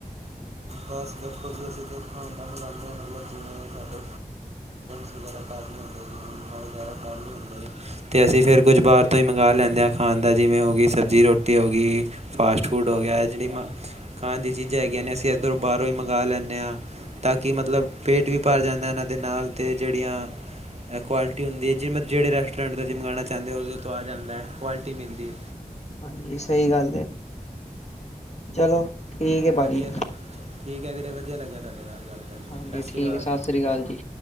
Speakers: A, on the right; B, on the left.
A: ਬਸ ਦੇਖੋ ਜੀ ਅਸੀਂ ਤੇ ਖਾਨਦਾਨ ਮਿਲਾਂਦੇ ਹਾਂ, ਮਤਲਬ ਜਿਵੇਂ ਸਾਡੇ ਸ ਵਗੈਰਾ, ਘਰ ਹੁੰ ਵਗੈਰਾ ਘਰ ਨ ਹੁੰ <unintelligible> ਤੇ ਅਸੀਂ ਫਿਰ ਕੁਝ ਬਾਹਰ ਤੋ ਹੀ ਮੰਗਾ ਲੈਂਨੇ ਆ ਖਾਣ ਦਾ, ਜਿਵੇਂ ਹੋਗੀ ਸਬਜ਼ੀ-ਰੋਟੀ ਹੋ ਗਈ। ਫਾਸਟ-ਫੂਡ ਹੋਗਿਆ, ਜਿਹੜੀ ਮ ਖਾਣ ਦੀ ਚੀਜ਼ਾਂ ਹੈਗੀਆਂ ਨੇ ਅਸੀਂ ਇੱਧਰੋਂ ਬਾਹਰੋਂ ਹੀ ਮੰਗਾ ਲੈਂਨੇ ਆ। ਤਾਂ ਕਿ ਮਤਲਬ, ਪੇਟ ਵੀ ਭਰ ਜਾਂਦਾ ਇਹਨਾਂ ਦੇ ਨਾਲ ਤੇ ਜਿਹੜੀਆਂ ਐ ਕੁਆਲਿਟੀ ਹੁੰਦੀ ਏ, ਜਿ ਮ ਜਿਹੜੇ ਰੈਸਟੋਰੈਂਟ ਤੋਂ ਜੀ ਮਗਾਣਾ ਚਾਹੁੰਦੇ ੳ, ਉਹਦੇ ਤੋਂ ਆ ਜਾਂਦਾ ਏ, ਕੁਆਲਿਟੀ ਮਿਲਦੀ ਏ।
B: ਹਾਂਜੀ ਸਹੀ ਗੱਲ ਏ, ਚਲੋ ਠੀਕ ਹੈ ਭਾਜੀ
A: ਵਧੀਆ ਲਗ, ਠੀਕ ਹੈ ਵੀਰੇ ਵਧੀਆ ਲੱਗਿਆ ਤੁਹਾਡੇ ਨਾਲ। ਗੱਲ ਕਰਕੇ
B: ਹਾਂਜੀ
A: ਸਤਿ
B: ਠੀਕ
A: ਸ਼੍ਰੀ ਅਕਾਲ
B: ਏ, ਸਤਿ ਸ੍ਰੀ ਅਕਾਲ ਜੀ।